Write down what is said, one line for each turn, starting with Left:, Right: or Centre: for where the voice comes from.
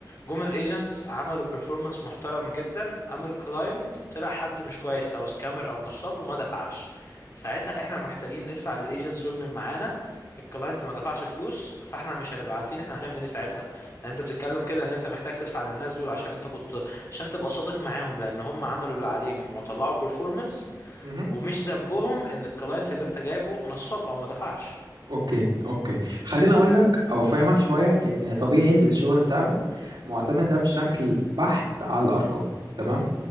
Left: جم الايجنتس عملوا بيرفورمانس محترم جدا قام الكلاينت طلع حد مش كويس او سكامر او نصاب وما دفعش ساعتها احنا محتاجين ندفع للايجنتس دول من معانا الكلاينت ما دفعش فلوس فاحنا مش هنبقى عارفين احنا هنعمل ايه ساعتها يعني انت بتتكلم كده ان انت محتاج تدفع للناس دول عشان انت كنت عشان تبقى صادق معاهم لان هم عملوا اللي عليهم وطلعوا بيرفورمانس
Right: مهم.
Left: ومش ذنبهم ان الكلاينت اللي انت جايبه نصاب او ما دفعش
Right: اوكي اوكي خليني اقول لك او افهمك شويه ان طبيعه الشغل بتاعنا معتمده بشكل بحت على الارقام تمام